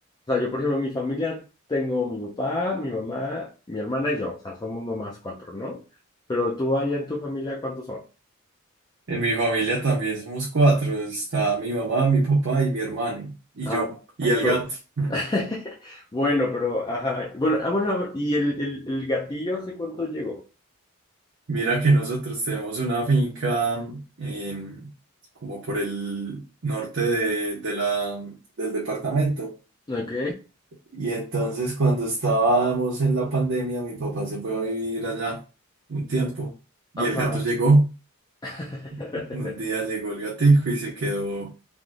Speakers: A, on the left (about 20°); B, on the right (about 60°).
A: sea, yo por ejemplo, en mi familia tengo mi papá, mi mamá, mi hermana y yo, o sea, somos nomás cuatro, ¿no? Pero tú allá en tu familia, ¿cuántos son?
B: En mi familia también somos cuatro. Está mi mamá, mi papá y mi hermano. Y
A: Ah,
B: yo. Y el
A: tú.
B: gato. Mm.
A: <laughs> Bueno, pero, ajá, bueno, ah, bueno, a ver, ¿y el, el, el gatillo hace cuánto llegó?
B: Mira que nosotros tenemos una finca em, como por el norte de, de la, del departamento.
A: Ok.
B: Y entonces cuando estábamos en la pandemia, mi papá se fue a vivir allá un tiempo. Y
A: Ajá.
B: el gato llegó.
A: <laughs>
B: Un día llegó el gatico y se quedó